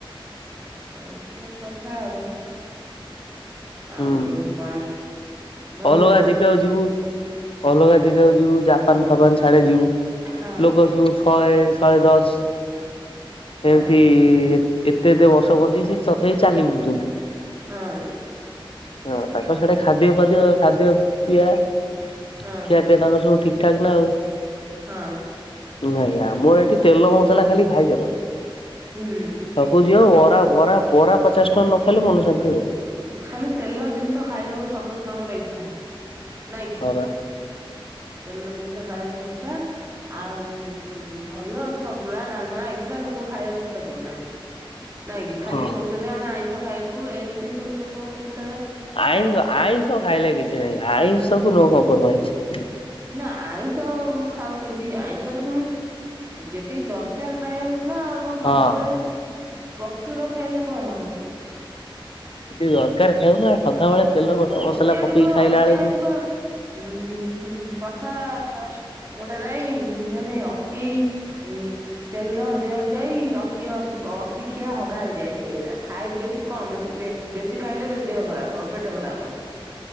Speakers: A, on the right (about 25°); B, on the left (about 75°).
A: ଏମିତିି ସବୁ କଥା ଆଉ
B: ହୁଁ।
A: ଆଉ ସବୁ କଣ? ଭଲ
B: ଅଲଗା
A: ନା
B: ଜିଗାକୁ ଯିବୁ ଅଲଗା ଜିଗାକୁ ଯିବୁ ଜାପାନ ଫାପାନ ସାଡେ ଯିବୁ
A: ହଁ
B: ଲୋକ ସବୁସହେ ଶହେ ଶହେ ଦଶ
A: ହଁ
B: ଏମିତି ଏତେ ଏତେ ବର୍ଷ ବଞ୍ଚକି ସେ ତଥାପି ଚାଲି ବୁଲୁଛନ୍ତି ।
A: ହଁ
B: ହଁ ତାଙ୍କ ସେଟା ଖାଦ୍ୟ ପାଦ୍ୟ ଖାଦ୍ୟ ପିଇଆ ଖିଆ
A: ହଁ
B: ପିଇବା ତାଙ୍କର ସବୁ ଠିକ ଠିକ ଠାକ ନା ଆଉ
A: ହଁ
B: ନାଇଁ ଆମର ଏଠି ତେଲ ମସଲା ଖାଲି ଖାଇଚଲ
A: ହୁଁ
B: ଛକକୁ ଯିବ ବରା ବରା ପରା ପଚାଶ ଟଙ୍କା ନ ଖାଇଲେ ମନଶାନ୍ତି
A: ଖାଲି ତେଲ ଜିନିଷ ଖାଇବାକୁ ସମସ୍ତଙ୍କର ଇଛା । ନାଇଁ କିି?
B: ହଁ ବା।
A: ତେଲ ଜିନିଷ ଖାଇବାକୁ ଇଛା ଆଉ ଭଲ ସନ୍ତୁଳା ଡାଲମା ଗୁଡା ଲୋକ ଖାଇବାକୁ ଇଚ୍ଛା କରୁନାହାନ୍ତି, ନାଇଁ କିି, ଖାଲି
B: ହଁ
A: କହୁଛନ୍ତି ଆମେ ଆଇଁଷ ଖାଇବୁ ଏ ଏଇ ସବୁ ଲୋକ ହଉଛନ୍ତି
B: ଆଇଁଷ, ଆଇଁଷ ଖାଇଲେ କିଛି ନାହିଁ, ଆଇଁଷ କୁ ନୋ କମ୍ପରମାଇଜ୍ ।
A: ନା ଆଇଁଷ ଖାଉଛନ୍ତି, ଆଇଁଷରେ ପୁଣି ଯେତିକି ଦରକାର ଖାଇବା ନା ଆଉ କଣ ସବୁବେଳେ
B: ହଁ।
A: ପ୍ରଚୁର ଖାଇଲେ କଣ ହବ?
B: <unintelligible> ଦରକାର ଖାଇବୁନା, ସଦାବେେଳେ ତେଲ ମସଲା
A: ଅତ୍ୟାଧିକ
B: ପକେଇକି ଖାଇଲା
A: ଅତ୍ୟାଧିକ
B: ବେଳକୁ
A: ଉଁ ହୁଁ କଥା, ଗୋଟେ ନାଇଁ ମାନେ ଅତି ଉଁ ତେଲ ଦେହ ଯାଇ ଅତି, ଅତିଖିଆ ହଗାରେ ଯାଏ ସେଇଭଳିଆ, ଖାଇ ବେଶୀ କମ ବେଶୀ ଦେଖ୍, ବେଶୀ ଖାଇଲେ, ଦେହ ଖରାପ ହବ, ପେଟ ଖରାପ ହବ,